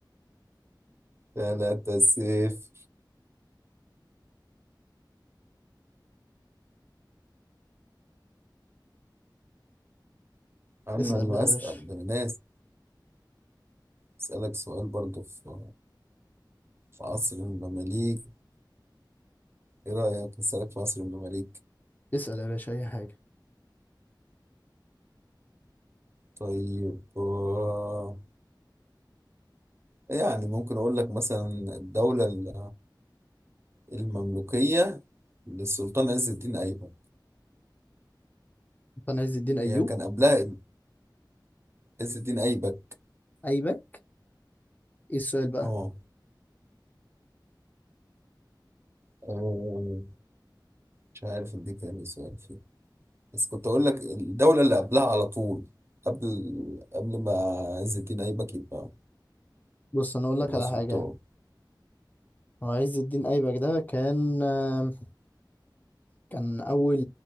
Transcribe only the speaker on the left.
اسأل
بقى يا
باشا
اسأل يا باشا أي حاجة
أنا عز الدين أيوب
أيبك إيه السؤال بقى
بص أنا أقول لك
على
حاجة هو عز الدين أيبك ده كان آم، كان أول